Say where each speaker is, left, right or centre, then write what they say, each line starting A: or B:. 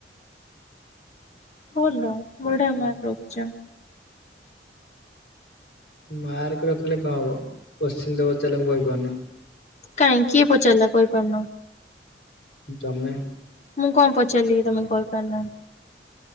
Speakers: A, on the left (about 40°); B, on the left (about 80°).
A: ଭଲ ବଢ଼ିଆ ମାର୍କ ରଖିଚ।
B: ମାର୍କ ରଖିଲେ କଣ ହବ କୋଶ୍ଚିନ ତ ପଚାରିଲେ ମୁଁ କହିପାରୁନି।
A: କାଇଁ କିଏ ପଚାରିଲା କହିପାରୁନ।
B: ତମେ
A: ମୁଁ କଣ ପଚାରିଲି କି ତମେ କହିପାରିଲନି।